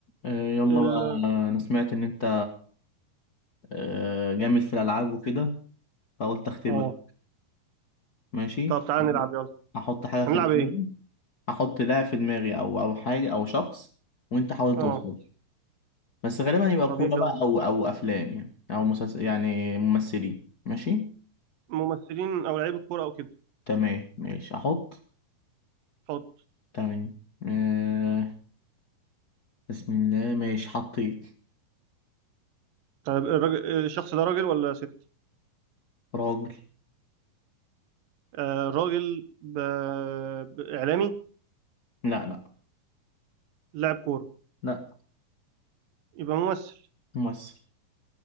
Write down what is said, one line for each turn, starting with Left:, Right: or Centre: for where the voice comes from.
Left: آه، يلا
Right: ال
Left: بقى انا سمعت ان انت آه، جامد في الالعاب وكده فقلت اختبر
Right: اه
Left: ماشي
Right: طب تعالى نلعب يلا
Left: هحط حاجه
Right: هنلعب
Left: في دماغي
Right: ايه؟
Left: هحط لاعب في دماغي او او حاجه او شخص وانت حاول
Right: اه
Left: توصل بس غالبا يبقى
Right: طب
Left: كوره
Right: يلا
Left: بقى او او افلام يعني او مسلسل يعني ممثلين ماشي
Right: ممثلين او لعيب الكوره او كده
Left: تمام ماشي احط
Right: حط
Left: تمام آه، بسم الله ماشي حطيت
Right: طيب الراجل الشخص ده راجل ولا ست؟
Left: راجل
Right: آه راجل ب... ب... اعلامي
Left: لا لا
Right: لاعب كوره
Left: لا
Right: يبقى ممثل
Left: ممثل